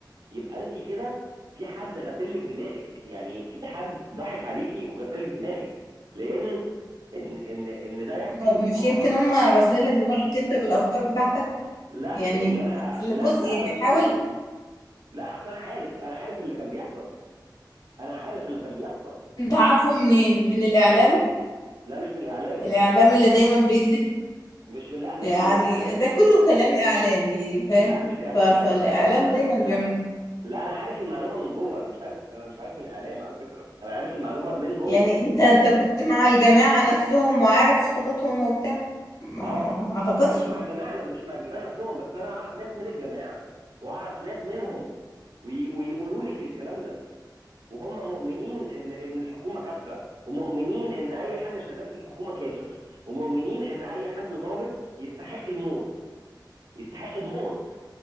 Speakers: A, on the right; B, on the left.
A: يبقى انت كده في حد غسل لك دماغك يعني في حد ضحك عليكي وغسل لك دماغك لان ان ان ان ده يحصل
B: طب مش
A: ما هو
B: يمكن هم غاسلين لك دماغك أنت بالأفكار بتاعتك
A: لا
B: يعني
A: لان انا
B: اللي-
A: لا
B: بص
A: لا
B: يعني
A: لا,
B: حاول
A: لا لا اصل انا عارف انا عارف اللي كان بيحصل انا عارف اللي كان بيحصل
B: انت عارفه منين من الاعلام
A: لا مش من الاعلام
B: الاعلام اللي دايما بيكذب
A: مش من لا مش
B: يعني
A: من الاعلام
B: ده كله كلام اعلام يعني فاهم
A: لا مش
B: ف- فالاعلام
A: لا مش اعلام انا
B: دايما
A: ب... لا
B: بيعمل
A: لا انا عارف المعلومه من جوه انا مش عارف انا مش عارف من الاعلام على فكره انا عارف المعلومه من جوه
B: يعني انت انت كنت مع الجماعة نفسهم وعارف خططهم وبتاع ما,
A: اه
B: ما, ما اعتقدش
A: لا مش مع الجماعه أنا مش مع الجماعه نفسهم بس انا اعرف ناس من الجماعه واعرف ناس منهم وي... ويقولوا لك الكلام ده وهم مؤمنين ان ان الحكومه كافره ومؤمنين ان اي حد شغال في الحكومه كافر ومؤمنين ان اي حد ضابط يستحق الموت يستحق الموت